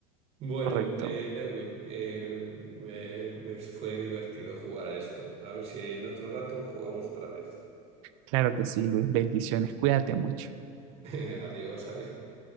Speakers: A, on the right; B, on the right.
A: Bueno,
B: Correcto.
A: eh, Lewin, eh, me, me fue divertido jugar a esto. A ver si en otro rato jugamos otra vez.
B: Claro que sí, Luis. Bendiciones. Cuídate mucho.
A: <laughs> Adiós, adiós.